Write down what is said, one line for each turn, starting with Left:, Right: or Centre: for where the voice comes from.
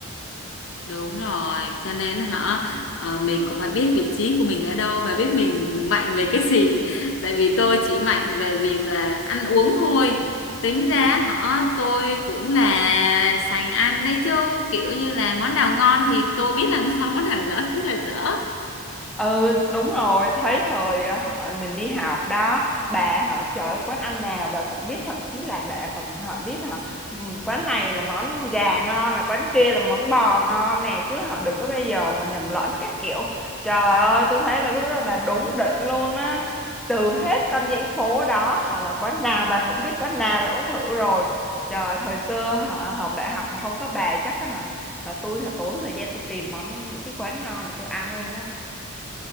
Left: Đúng rồi, cho nên hả ờ, mình cũng phải biết vị trí của mình ở đâu và biết mình mạnh về cái gì. Tại vì tôi chỉ mạnh về việc là ăn uống thôi. Tính ra họ tôi cũng là sành ăn đấy chứ kiểu như là món nào ngon thì tôi biết là <laughs> ngon, món nào dở thì biết là dở.
Centre: ừ đúng rồi thấy thời ờ, họ mình đi học đó bà họ trời ơi, quán ăn nào bà cũng biết thậm chí là bà còn họ biết hả ừ, quán này là món gà ngon là quán kia là món bò ngon nè chứ họ đừng có bây giờ mà nhầm lẫn các kiểu trời ơi tôi thấy là lúc đó bà đúng đỉnh luôn á từ hết con dãy phố đó họ là quán nào bà cũng biết quán nào bà cũng thử rồi trời thời xưa họ học đại học mà không có bà chắc á hả là tôi hả, tốn thời gian tôi tìm món những cái quán ngon để tôi ăn luôn á